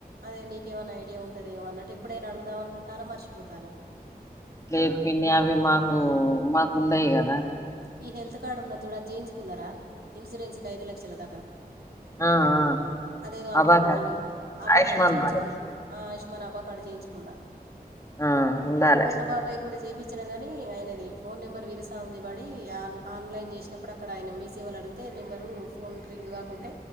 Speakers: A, on the right; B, on the left.
A: అదే నీకేమన్న ఐడియా ఉంటదేమో అన్నట్టు ఎప్పుడైనా అడుగుదామనుకుంటాన మర్శిపోతానా
B: లేదు పిన్ని అవి మాకు మాకు ఉండయ్ గదా
A: ఈ హెల్త్ కార్డ్ ఉన్న చూడ జేయించుకున్నరా ఇన్సూరెన్స్కిఐదు లక్షల దాకా
B: ఆ! ఆ!
A: అదేదో అంటరు
B: అబాకాస్,
A: గు చూడు ఆబ్బాకాడు
B: ఆయుష్మాన్
A: చేయించుకున్నా
B: భారత్.
A: ఆ ఇష్ మన అబా కార్డ్ జేయించుకున్నా
B: ఆ! ఉండాలె.
A: పూర్ణబాబాయిగూడ జేపిచ్ చ్చినాగాని ఆయనది ఫోన్ నెంబర్ వీరసామిది వాడ్ డి ఆన్ ఆన్లైన్ జేసినప్పుడు అక్కడ ఆయన మీ సేవలడిగితే నెంబరు ఫోన్ రింగ్ గాకుంటే